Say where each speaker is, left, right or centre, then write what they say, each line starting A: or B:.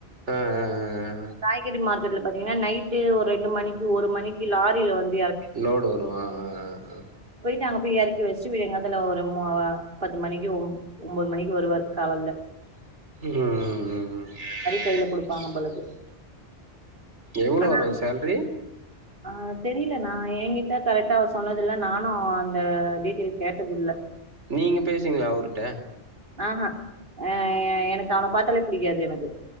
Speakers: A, on the right; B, on the right.
A: ம் ம் ம் ம்
B: காய்கறி மார்க் கெட்ல பாத்தீங்னா நைட்டு ஒரு ரெண்டு மணிக்கு ஒரு மணிக்கு லாரில வந்
A: லோடு வரும் அ அ அ அ
B: தேங்கா போய் இறக்கி வச்சு விடியங்காத்துல ஒரு மூ ஆவா பத்து மணிக்கு ஒம் ஒம்போது மணிக்கு வருவாரு காலல்ல
A: ம் ம் ம் ம்
B: கையில குடுப்பாங்க
A: ம்
B: போலருக்கு
A: எவ்ளோ
B: ஆனா
A: வரும் சால்ரி
B: ஆ தெரில நா ஏங்கிட்டா கரெக்டா அவா சொன்னது இல்ல நானும் அந்த டீடெல் கேட்டது இல்ல
A: நீங்க பேசுவிங்ளா அவர்ட
B: ஆஹா அ ஏ எனக்கு அவன பாத்தாலே புடிக்காது எனக்கு